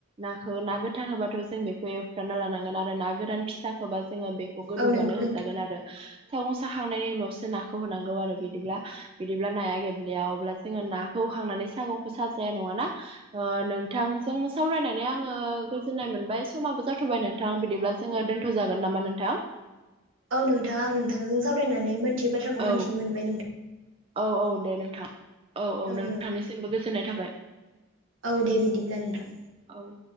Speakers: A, on the right; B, on the right.
A: नाखौ ना गोथां होबाथ' जों बेखौ जाना लानांगोन आरो ना गोरान फिसाखौबा जोङो बेखौ गोदौबानो
B: औ नोंगौ
A: होजागोन
B: नोंथां
A: आरो साखांनायनि उनावसो नाखौ होनांगौ आरो बिदिब्ला बिदिब्ला नाया गेब्लेया अब्ला जोङो ना खौ होखांनानै सागंखौ साजाया नङाना ओ नोंथांजों सावरायनानै आङो जोननाय मोनबाय समाबो जाथ'बाय नोंथां बिदिब्ला जोङो दोनथ'जागोन नामा नोंथां?
B: औ नोंथां आं नोंथांजों सावरायनानै मोनथियै बाथ्राखौ
A: औ
B: मोनथिनो मोनबाय नोंथ
A: औ औ दे नोंथां औ औ
B: ओं
A: नोंथांनिसिमबो गोजोननाय थाबाय
B: औ दे बिदिब्ला नोंथां
A: औ